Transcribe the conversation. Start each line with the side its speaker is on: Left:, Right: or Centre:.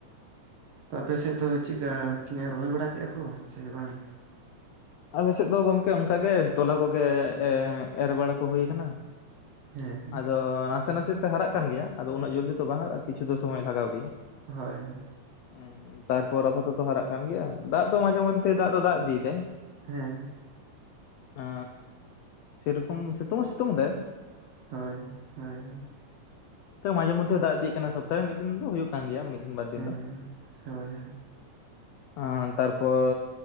Right: ᱛᱚ ᱟᱯᱮᱥᱮᱫ ᱫᱚ ᱪᱮᱫ ᱠᱟ ᱨᱚᱦᱚᱭ ᱵᱟᱲᱟ ᱠᱮᱼᱟ ᱠᱚ ᱥᱮ ᱵᱟᱝ?
Left: ᱟᱞᱮ ᱥᱮᱫ ᱫᱚ ᱜᱚᱝᱠᱮ ᱚᱱᱠᱟ ᱜᱮ ᱛᱚᱞᱟ ᱠᱚᱜᱮ ᱮ-ᱮ-ᱮᱨ ᱵᱟᱲᱟ ᱠᱚ ᱦᱩᱭ ᱠᱟᱱᱟ᱾
Right: ᱦᱮᱸ
Left: ᱟᱫᱚ ᱱᱟᱥᱮ ᱱᱟᱥᱮ ᱛᱮ ᱦᱟᱨᱟᱜ ᱠᱟᱱ ᱜᱮᱭᱟ, ᱟᱫᱚ ᱩᱱᱟᱹᱜ ᱡᱚᱫᱤ ᱛᱚ ᱵᱟᱝ ᱦᱟᱨᱟᱜᱼᱟ ᱠᱤᱪᱷᱩ ᱫᱚ ᱥᱚᱢᱚᱭ ᱞᱟᱜᱟᱣ ᱜᱮᱭᱟ᱾
Right: ᱦᱳᱭ ᱦᱳᱭ
Left: ᱦᱩ ᱛᱟᱨᱯᱚᱨ ᱟᱯᱟᱛᱚᱛᱚ ᱦᱟᱨᱟᱜ ᱠᱟᱱ ᱜᱮᱭᱟ, ᱫᱟᱜ ᱫᱚ ᱢᱟᱡᱷᱮ ᱢᱚᱫᱽᱷᱮ ᱫᱟᱜ ᱫᱚ ᱫᱟᱜ ᱤᱫᱤᱭᱮᱫᱟ᱾
Right: ᱦᱮᱸ ᱦᱮᱸ
Left: ᱮ ᱥᱮᱨᱚᱠᱚᱢ ᱥᱤᱛᱩᱝ ᱦᱚᱸ ᱥᱤᱛᱩᱝ ᱮᱫᱟᱭ᱾
Right: ᱦᱳᱭ ᱦᱳᱭ ᱦᱳᱭ
Left: ᱛᱚ ᱢᱟᱡᱷᱮ ᱢᱚᱫᱽᱫᱷᱮ ᱫᱟᱜ ᱤᱫᱤᱭᱮ ᱠᱟᱱᱟ ᱥᱚᱯᱛᱟᱦ ᱨᱮ ᱢᱤᱫ ᱫᱤᱱ ᱫᱚ ᱦᱩᱭᱩᱜ ᱠᱟᱱ ᱜᱮᱭᱟ ᱢᱤᱫ ᱫᱤᱱ ᱵᱟᱨ ᱫᱤᱱ
Right: ᱦᱮᱸ
Left: ᱫᱚ
Right: ᱦᱳᱭ ᱦᱳᱭ
Left: ᱚ ᱛᱟᱨᱯᱚᱨ